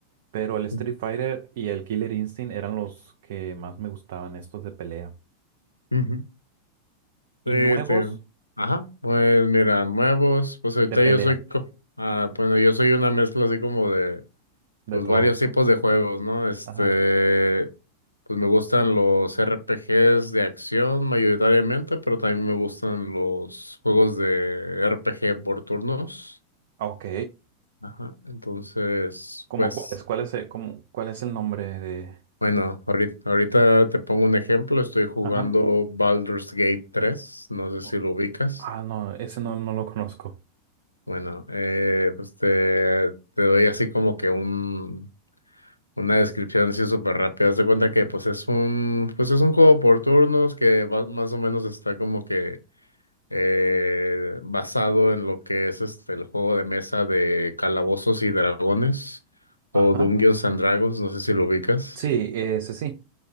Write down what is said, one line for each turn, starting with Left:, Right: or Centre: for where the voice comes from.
Right: pero el Street
Left: ujú,
Right: Fighter y el Killer Instinct eran los que más me gustaban, estos de pelea.
Left: ujú.
Right: Y
Left: Sí,
Right: nuevos
Left: sí. Ajá. Pues mira, nuevos, pues ahorita
Right: de pelea,
Left: yo soy, co- ah, bueno, yo soy una mezcla así como de, pues
Right: de todo.
Left: varios tipos de juegos, ¿no? Este,
Right: Ajá.
Left: pues me gustan los R P RPGs de acción mayoritariamente, pero también me gustan los juegos de R P G por turnos.
Right: Ah, Ok.
Left: Ajá. Entonces,
Right: ¿Cómo
Left: pues,
Right: cuál es, cuál es el, cómo- cuál es el nombre de,
Left: bueno,
Right: de-
Left: ahorita, ahorita te pongo un ejemplo. Estoy jugando
Right: Ajá.
Left: Baldur's Gate tres No sé
Right: O-
Left: si lo ubicas.
Right: Ah, no, ese no, no lo conozco.
Left: Bueno, eh, pues te, te doy así como que un, una descripción así súper rápida. Haz de cuenta que pues es un, pues es un juego por turnos que va- más o menos está como que eh, basado en lo que es este el juego de mesa de Calabozos y Dragones o
Right: Ajá.
Left: Dungeons and Dragons. No sé si lo ubicas.
Right: Sí, ese sí.